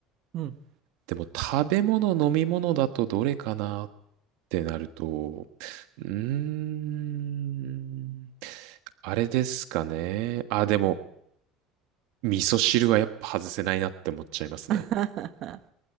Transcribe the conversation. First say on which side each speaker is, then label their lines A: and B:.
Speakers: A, on the right; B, on the right.
A: うん。
B: でも食べ物、飲み物だとどれかなってなると、うーん、あれですかね。あ、でも、味噌汁はやっぱ外せないなって思っちゃいますね。
A: <laughs>